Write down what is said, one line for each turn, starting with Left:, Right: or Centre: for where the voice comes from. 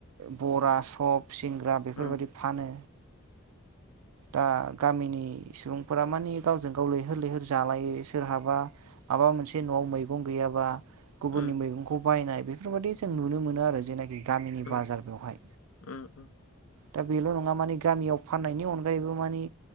Right: बरा सब सिंग्रा बेफोरबायदि
Left: उम
Right: फानो दा गामिनि सुबुंफोरा मानि गावजों गाव लैहोर लैहोर जालायो सोरहाबा माबा मोनसे न'आव मैगं गैयाबा गुबुननि
Left: उम
Right: मैगंखौ बायनाय बेफोरबायाददि जों नुनो मोनो आरो जेनाखि गामिनि
Left: उम
Right: बाजार बेवहाय
Left: उम
Right: दा बेल' नङा मानि गामियाव फाननायनि अनगायैबो मानि